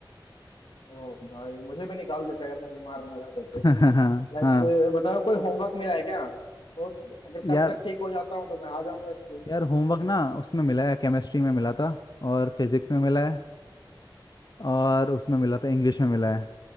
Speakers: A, on the left; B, on the left.
A: ओ भाई मुझे भी निकाल देते अगर मैं बीमार ना रहता तो
B: हाँ
A: लाइक
B: हाँ
A: बताओ कोई होमवर्क मिला है क्या तो अगर कल
B: यार
A: तक ठीक हो जाता हूँ तो मैं आ जाऊंगा स्कूल
B: यार होमवर्क ना उसमें मिला है केमिस्ट्री में मिला था और फिजिक्स में मिला है और उसमें मिला था इंग्लिश में मिला है